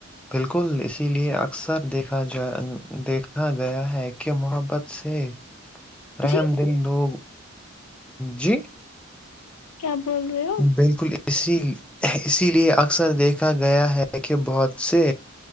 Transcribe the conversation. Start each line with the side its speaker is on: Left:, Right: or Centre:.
Centre: بالکل اسی لیے اکثر دیکھا جا دیکھا گیا ہے کہ محبت سے رحم
Left: جی
Centre: دل لب جی
Left: کیا بول رہے ہو
Centre: بالکل اسی اسی لیے اکثر دیکھا گیا ہے کہ بہت سے